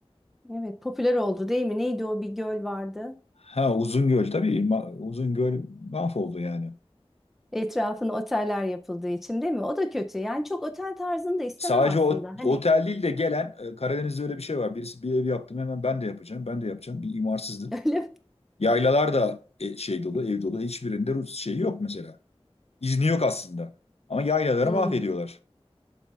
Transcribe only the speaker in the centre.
Evet popüler oldu değil mi? Neydi o bir göl vardı.
Etrafına oteller yapıldığı için değil mi? O da kötü. Yani çok otel tarzını da istemem
aslında.
Hani
<laughs> öyle. mi?
Hmm,